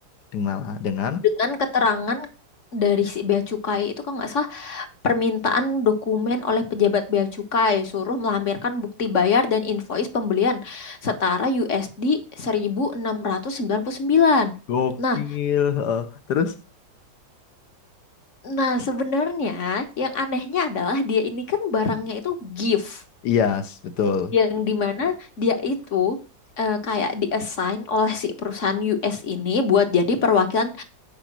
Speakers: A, on the left; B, on the left.
A: dengan dengan
B: dengan keterangan dari si bea cukai itu kalau nggak salah permintaan dokumen oleh pejabat bea cukai suruh melampirkan bukti bayar dan invoice pembelian setara USD 1699.
A: gokil.
B: Nah,
A: eh, terus
B: Nah, sebenarnya yang anehnya adalah dia ini kan barangnya itu gift
A: iya, s- betul.
B: yang dimana dia itu eh, kayak diassign oleh si perusahaan US ini buat jadi perwakilan